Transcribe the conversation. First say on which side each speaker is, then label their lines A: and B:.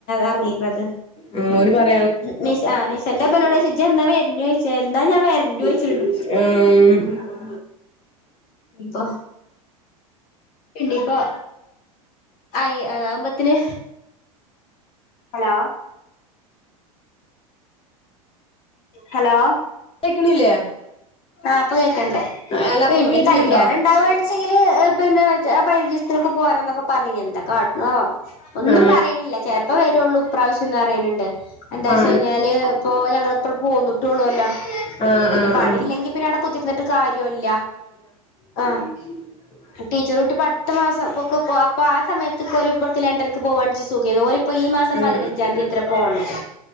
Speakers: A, on the left; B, on the left.
A: അറിങ്ങിക്ക്ണത്
B: ഉം ഓല് പറ
A: നി ആ നിശന്റെ ഇമ്മന്നൊ ട് ജന്നാ വരനു ചോദിച്ച എന്നാ ഞാൻ വരണ്ട ചോദിച്ചു
B: ആഹ് ഉം
A: ഇപ്പ ഇണ്ട് ഇപ്പൊ ആയി അതകുമ്പോത്തിന് ഹലോ ഹലോ
B: കേക്കണില്ലേ
A: ആപ്പ കേക്കണ്ട്
B: അല്ല അപ്പക്ക്
A: ഇനി
B: വരുന്നുണ്ടോ
A: കല്യാണം ഇണ്ടാവ ച്ചെങ്കില് പിന്നെ പൈചീസ്ത്തിലനൊക്കെ പോരന്നൊക്കെ പറഞ്ഞീന്ന് എന്ത കാട്ടണോ ആവോ ഒന്നും
B: ആ
A: പറീണില്ല ച ഇപ്പ വരുള്ളൂ പ്രാവശ്യം ന്ന് പറണിണ്ട് എന്താ വച്ച
B: ആ
A: കഴിഞ്ഞാല് ഇപ്പൊ ഞങ്ങള് ഇപ്പങ്ങട്ട് പോന്നിട്ടള്ളൂ ല്ലോ
B: ആ
A: പിന്നെ
B: ആ
A: പണി
B: ആ
A: ഇല്ലെങ്കി പിന്നെ അവിടെ കുത്തിർന്നിട്ട് കാര്യല്ല ആഹ്
B: ഉ
A: ടീച്ചർട്ടപ്പ് അടുത്ത മാസംഅപ്പൊക്കെ ആ സമയത്തക്കെ പോല ലണ്ടൻക്ക് പോവാണച്ചി സുഖയ്നു ഓല് ഇപ്പൊ ഈ മാസം
B: ഉം
A: പതിനഞ്ചാംതി ആത്ര പോണത്